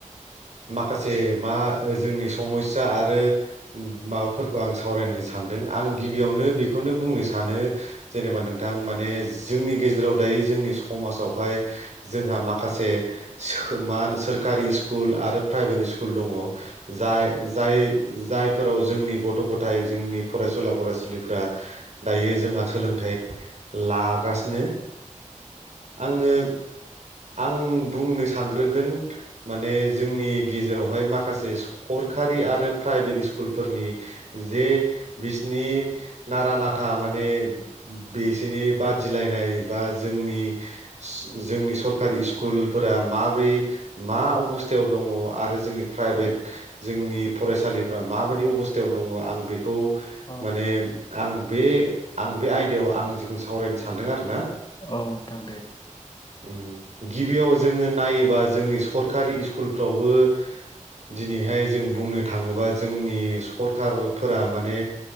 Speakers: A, on the right; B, on the left.
A: माखासे मा जोंनि समचा आरो माबाफोरखौ आं सावरायनो सानदों आं गिबियावनो बेखौनो बुंनो सानो जेनेबा नोंथां माने जोंनि गेजेराव दायो जोंनि समाज आवहाइ जोंहा माखासे मा होनो सोरखारि स्कुल आरो प्राइभेट स्कुल दङ। जाय जाय फोराव जोंनि गथ' गथाय जोंनि फरायसुला फरायसुलिफ्रा दायो जोंहा सोलोंथाइ लागासिनो आङो आं बुंनो सानग्रोगोन माने जोंनि गेजेरावहाय माखासे सरखारि आरो प्राइभेट स्कुलफोरनि जे बिसिनि नारा नाथा माने बिसिनि बादिलायनाय बा जोंनि जोंनि सरकारि स्कुलफोरा माब्रै मा अबसथा थायाव दङ आरो जोंनि प्राइभेट
B: औ
A: जोंनि फरायसालिफ्रा माबादि अबस्थायाव दङ आं बे खौ
B: औ
A: माने आं बे आं बे आयदायाव आं जिखुनो सावरायनो सानदों आरो ना
B: औ नोंथां दे
A: उम गिबियाव जोङो नायोबा जोंनि सरकारि स्कु- स्कुलफ्रावबो दिनैहाय जों बुंनो थाङोबा जोंनि सरखारफोरा माने